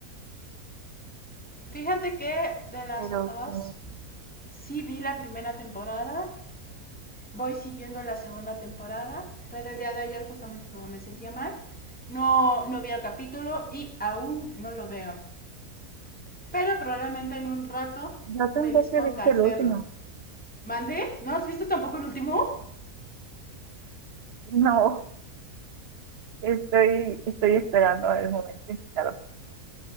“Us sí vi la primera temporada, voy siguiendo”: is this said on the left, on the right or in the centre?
Centre